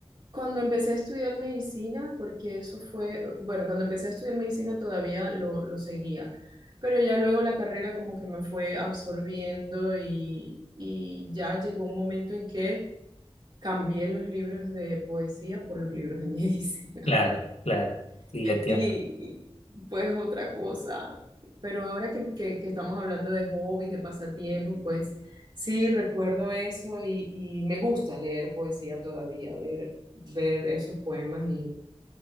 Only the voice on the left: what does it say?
Claro, claro, sí, le entiendo.